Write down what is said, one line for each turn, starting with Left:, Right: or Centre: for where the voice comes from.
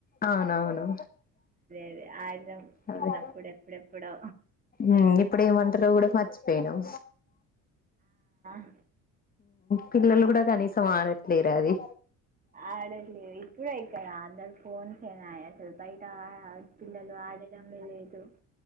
Left: అవునవును
Right: అదే ఆడినాం చిన్నప్పుడు
Left: అదే
Right: ఎప్పుడెప్పుడో
Left: ఉమ్ ఇప్పుడు ఏ మంటరో కూడా మార్చి పెనం
Right: అ
Left: పిల్లలు కూడా కనీసం ఆడట్లేరా అది
Right: ఆడట్లేదు ఇప్పుడ అయిక్కద అందరు ఫోన్స్ అయినాయి అసలు బయట ఆ- పిల్లలు ఆడడమే లేదు